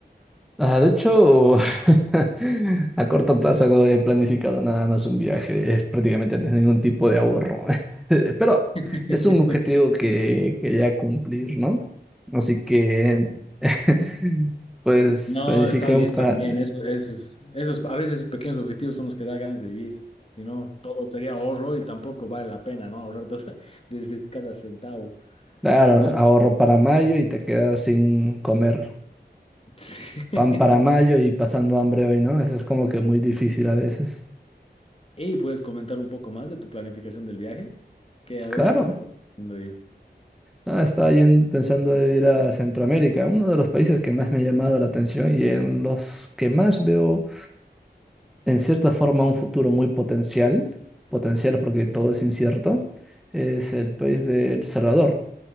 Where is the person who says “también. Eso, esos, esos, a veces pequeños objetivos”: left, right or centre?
Left